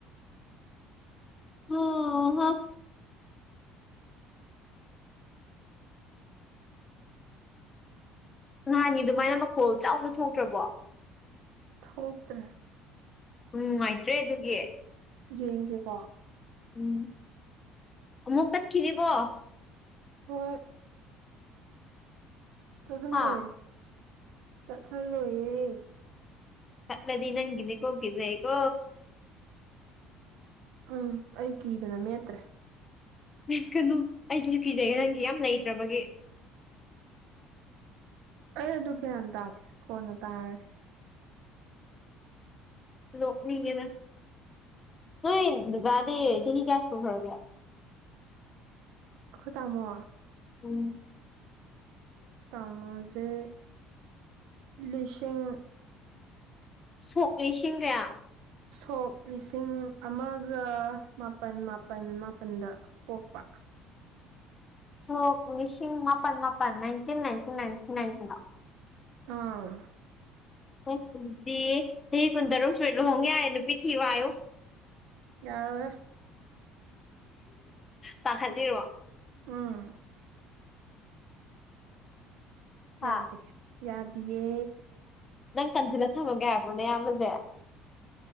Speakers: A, on the left (about 20°); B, on the right (about 75°).
A: ꯑꯣ ꯍꯝ ꯅꯍꯥꯟꯒꯥ ꯑꯗꯨꯃꯥꯏꯅ ꯃꯈꯣꯜ ꯆꯥꯎꯅ ꯊꯣꯛꯇ꯭ꯔꯕꯣ
B: ꯊꯣꯛꯇ꯭ꯔꯦ
A: ꯎꯝ ꯅꯨꯡꯉꯥꯏꯇ꯭ꯔꯦ ꯑꯗꯨꯒꯤ
B: ꯌꯦꯡꯒꯦꯀꯣ
A: ꯎꯝ ꯑꯃꯨꯛ ꯇꯠꯈꯤꯅꯤꯀꯣ
B: ꯍꯣꯏ ꯆꯠꯍꯜꯂꯣꯏ
A: ꯍꯥ
B: ꯇꯠꯍꯜꯂꯣꯏꯌꯦ
A: ꯇꯠꯂꯗꯤ ꯅꯪꯒꯤꯅꯤꯀꯣ ꯒꯤꯖꯩꯀꯣ꯫
B: ꯎꯝ ꯑꯩ ꯀꯤꯗꯅ ꯃꯦꯠꯇ꯭ꯔꯦ꯫
A: <unintelligible> ꯀꯅꯨ ꯑꯩꯗꯤꯁꯨ ꯀꯤꯖꯩꯌꯦ ꯅꯪꯒꯤ ꯌꯥꯝ ꯂꯩꯇ꯭ꯔꯕꯒꯤ꯫
B: ꯑꯩ ꯑꯗꯨ ꯒ꯭ꯌꯥꯟ ꯇꯥꯗꯦ ꯀꯣꯟꯅ ꯇꯥꯔꯒꯦ꯫
A: ꯅꯣꯛꯅꯤꯡꯉꯦꯅ ꯅꯣꯏ ꯗꯗꯥꯗꯤ ꯆꯍꯤ ꯀꯌꯥ ꯁꯨꯈ꯭ꯔꯒꯦ꯫
B: ꯑꯈꯣꯏ ꯇꯥꯃꯣ
A: ꯎꯝ꯫
B: ꯇꯥꯡꯃꯁꯦ ꯂꯤꯁꯤꯡ꯫
A: ꯁꯣꯛ ꯂꯤꯁꯤꯡ ꯀꯌꯥ꯫
B: ꯁꯣꯛ ꯂꯤꯁꯤꯡ ꯑꯃꯒ ꯃꯥꯄꯟ ꯃꯥꯄꯟ ꯃꯥꯄꯟꯗ꯫ ꯄꯣꯛꯄ꯫
A: ꯁꯣꯛ ꯂꯤꯁꯤꯡ ꯃꯥꯄꯟ ꯃꯥꯄꯟ ꯅꯥꯏꯟꯇꯤꯟ ꯅꯥꯏꯟꯇꯤꯟ ꯅꯥꯏꯟꯇꯤꯟ ꯅꯥꯏꯟꯇꯤꯟ꯫ <unintelligible>
B: ꯑꯥ꯫
A: ꯍꯣꯏ ꯑꯗꯨꯗꯤ ꯆꯍꯤ ꯀꯨꯟꯇꯔꯨꯛ ꯁꯨꯔꯦ ꯂꯨꯍꯣꯡ ꯌꯥꯔꯦ ꯅꯨꯄꯤ ꯊꯤꯔꯣ ꯍꯥꯏꯌꯨ꯫
B: ꯌꯥꯔꯣꯏ ꯍꯦ ꯫
A: ꯄꯥꯈꯠꯂꯤꯔꯣ꯫
B: ꯎꯝ꯫
A: ꯍꯥ
B: ꯌꯥꯗꯦ ꯌꯥꯗꯤꯌꯦ
A: ꯅꯪ ꯀꯟꯁꯤꯜꯂ ꯊꯝꯃꯒꯦ ꯍꯥꯏꯕ꯭ꯔꯣ ꯅꯌꯥꯝꯕꯁꯦ꯫